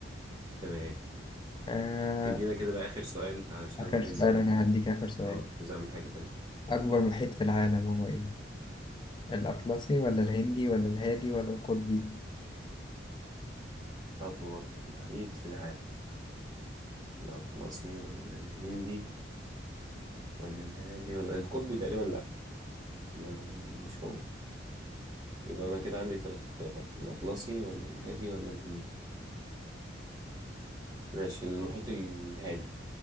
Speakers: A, on the right; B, on the left.
A: تمام
B: آه،
A: تدينا كده بقى آخر سؤال علشان
B: آخر
A: عايز
B: سؤال
A: أ-
B: أنا هديك آخر سؤال
A: اه عايز أعمل حاجة تانية
B: أكبر محيط في العالم هو إيه؟ الأطلسي ولا الهندي ولا الهادي ولا القطبي
A: أطول محيط في العالم الأطلسي ولا الهندي ولا الهادي ولا القطبي تقريبا لأ ما مش هو يبقى أنا كده عندي ثلاث اختيارات الأطلسي ولا الهادي ولا الهندي ماشي المحيط الهادي